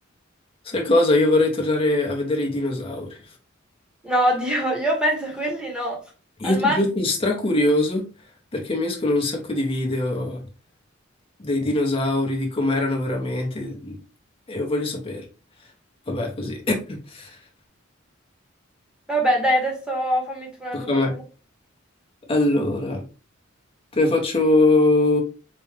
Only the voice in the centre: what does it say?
No, Dio, <laughs> io penso a quelli no.
Al
massimo...
Vabbè, dai, adesso fammi tu una
domanda.